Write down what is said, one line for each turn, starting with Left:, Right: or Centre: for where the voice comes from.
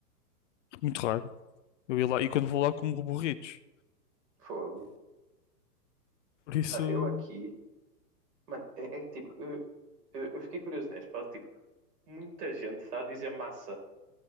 Left: Muito raro. Eu ia lá, e quando vou lá como burritos.
Right: Fogo.
Left: Por isso,
Right: Mano, eu aqui. Mano, é, é que tipo. Eu, eu, eu fiquei curioso nesse por causa de tipo. Muita gente está a dizer massa.